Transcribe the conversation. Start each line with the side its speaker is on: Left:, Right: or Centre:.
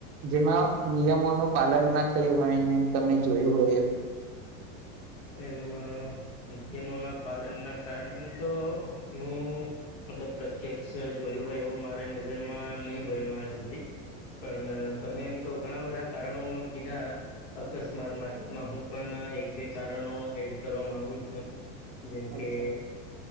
Right: જેમાં નિયમોનું પાલન ના થયું હોય ને તમે જોયું હોય એ
Left: એમ નિયમો ના પાલન ના કારણે એમ તો હું મતલબ પ્રત્યક્ષ જોયું હોય એવું મારા નજરમાં નહીિ બન્યું આજ સુધી પણ તમે તો ઘણા બધા કારણો કીધા અકસ્માત માત્રમાં હું પણ એક બે કારણો એડ કરવા માંગુ છું જેમ
Right: અચ્છા
Left: કે